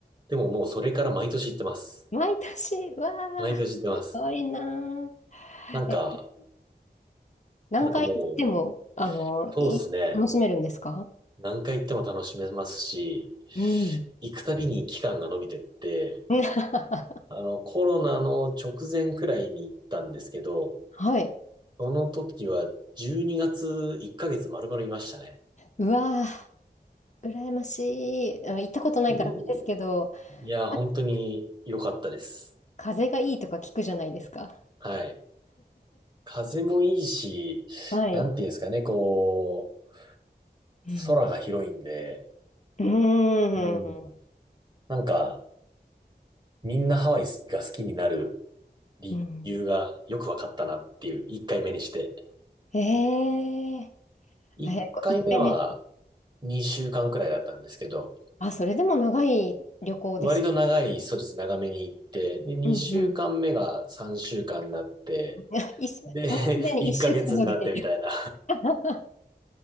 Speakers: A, on the right; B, on the left.
A: でももうそれから毎年行ってます。
B: 毎年、わあ、
A: 毎年行ってます。
B: すごいなあ。
A: なんか、
B: え、何回行っても、
A: なんかもう、
B: あの、
A: そうですね。
B: い楽しめるんですか
A: 何回行っても楽しめますし、
B: うん。
A: 行くたびに期間が伸びてって、
B: <laughs>
A: あの、コロナの直前くらいに行ったんですけど、
B: はい。
A: その時は12月1ヶ月丸々いましたね。
B: うわー羨ましい。あ行ったことないからあれですけど、
A: で、いや、
B: あ
A: 本当に良かったです。
B: 風がいいとか聞くじゃないですか。
A: はい。風もいいし、
B: はい。
A: なんていうんですかね、こう、
B: うん。
A: 空が広いんで、
B: うーん。
A: うん。なんか、みんなハワイが好きになる理由がよく分かったなっていう、
B: うん
A: 1回目にして。
B: ええ
A: 1回目は
B: あれ、こ一回目。
A: 2週間くらいだったんですけど、
B: あ、それでも長い旅行ですよ。
A: 割と長い、そうです、長めに行って、で、2週間目が3週間になって、
B: うんうん。<laughs> 一週もうすでに一週間伸びてる。
A: で、<laughs> 1ヶ月になってみたいな、
B: <laughs>